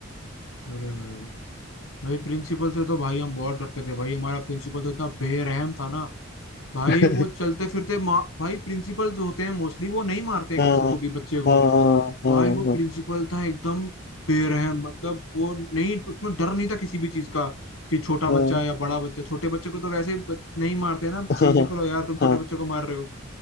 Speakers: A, on the left; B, on the left.
A: अरे भाई भाई प्रिंसिपल से तो भाई हम बहुत डरते थे भाई हमारा प्रिंसिपल तो इतना बेरहम था ना भाई
B: <laughs>
A: वो चलते फिरते मा... भाई प्रिंसिपल जो होते हैं मोस्टली वो नहीं मारते हैं
B: हाँ
A: किसी को भी बच्चे को
B: हाँ हाँ हाँ
A: भाई वो
B: हाँ
A: प्रिंसिपल था एकदम बेरहम मतलब वो नहीं उसमें डर नहीं था किसी भी चीज का कि छोटा बच्चा
B: हाँ
A: या बड़ा बच्चा छोटे बच्चे को तो वैसे ही बच- नहीं मारते हैं ना प्रिंसिपल
B: हाँ
A: हो यार तुम छोटे
B: हाँ
A: बच्चे को मार रहे हो